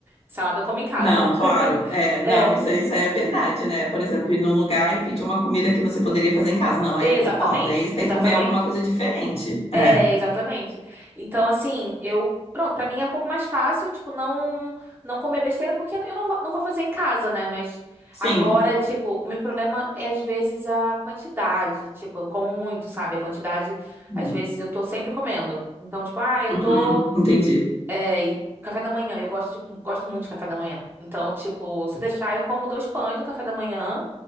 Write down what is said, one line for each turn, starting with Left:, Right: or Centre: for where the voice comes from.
Right: Salada eu como em casa.
Left: Não,
Right: <laughs>
Left: claro. É,
Right: É.
Left: não, isso aí, isso aí é verdade,
Right: <clears throat>
Left: né? Por exemplo, ir num lugar e pedir uma comida que você poderia fazer em casa. Não, aí
Right: Exatamente,
Left: eu concordo. Aí você tem
Right: exatamente.
Left: que comer alguma coisa diferente.
Right: É,
Left: É,
Right: exatamente. Então, assim, eu. Pronto, pra mim é um pouco mais fácil, tipo, não não comer besteira, porque eu não, vou- não vou fazer em casa, né? Mas
Left: sim.
Right: agora, tipo, o meu problema é, às vezes, a quantidade. Tipo, eu como muito, sabe? A quantidade,
Left: Uhum,
Right: às vezes, eu tô sempre comendo. Então, tipo, ah, eu
Left: uhum,
Right: tô.
Left: entendi.
Right: É, e o café da manhã, eu gosto, de- gosto muito de café da manhã. Então, tipo, se deixar, eu como dois pães no café da manhã.